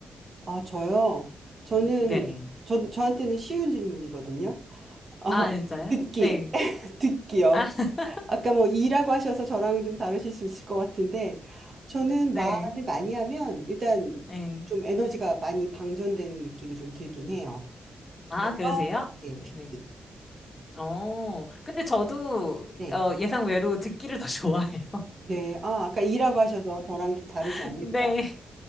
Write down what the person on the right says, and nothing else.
아, 저요? 저는,
저, 저한테는 쉬운 질문이거든요. 어,
네. 듣기.
<laughs> 듣기요.
아까 뭐 이라고 하셔서 저랑은 좀 다르실 수 있을 것 같은데, 저는
말을 많이 하면 일단
좀 에너지가 많이 방전되는 느낌이 좀 들긴 해요.
그래서,
예,
듣기.
네.
네. 아, 아까 이라고 하셔서 저랑 좀 다르지
않을까.